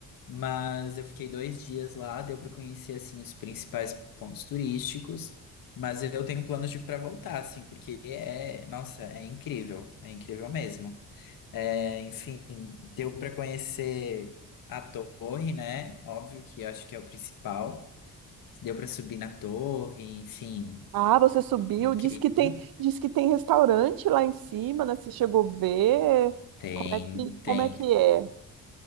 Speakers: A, on the left (about 55°); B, on the right (about 55°).
A: mas eu fiquei dois dias lá. Deu para conhecer assim os principais pontos turísticos. Mas eu tenho planos de para voltar, assim, porque é, nossa, é incrível, é incrível mesmo. Eh, enfim, deu para conhecer a torre, né? Óbvio que acho que é o principal. Deu para subir na torre, enfim,
B: Ah, você subiu,
A: incrível.
B: diz que tem, diz que tem restaurante lá em cima, né? Você chegou a ver?
A: Tem,
B: Como é que,
A: tem.
B: como é que é?